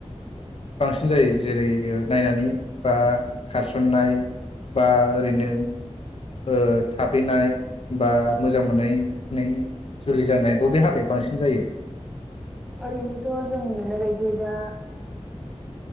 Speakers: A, on the left; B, in the centre.
A: बांसिन जायो जेरै नायनानै बा खारसन्नाय? बा ओरैनो ओ थाफैनाय बा मोजां मोननायनि जुलि जानाय बबे हाबाया बांसिन जायो?
B: ओरैनोथ' जों नुनाय बायदि दा